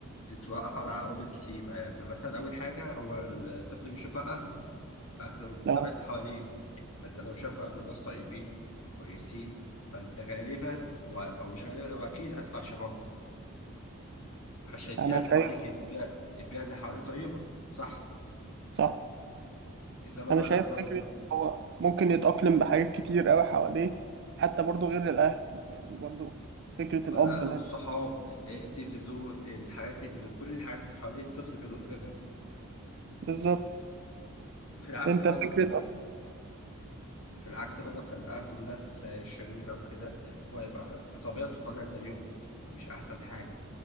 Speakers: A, on the left; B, on the right.
A: بيتوقف على عوامل كتير يعني مثلا أول حاجة هو الطفل بيشوفها أهله أهله والمجتمع
B: لو
A: اللي حواليه فأنت لو شاف أهله ناس طيبين وكويسين فأنت غالبا هو أو مش غالبا هو أكيد هيطلع شبههم عشان البيئة
B: انا
A: اللي
B: شايف
A: حواليه كده البيئة البيئة اللي حواليه طيبة صح
B: صح
A: انما بقى
B: انا شايف
A: لو تولد
B: فكره إن هو ممكن يتاقلم بحاجات كتير قوي حواليه حتى برضو غير الاهل يعني برضو فكره الاب
A: الاهل
B: لأن-
A: والصحاب إيه، التلفزيون الحاجات اللي كل الحاجات اللي حوالين الطفل بيلقط منها
B: بالظبط
A: في العكس
B: انت
A: بقى
B: فكره
A: لو كان
B: اصلا
A: في العكس بقى لو كان اهله ناس آه، شريره وكده فهيبقى بطبيعته طالع زيهم يبقى مش احسن حاجه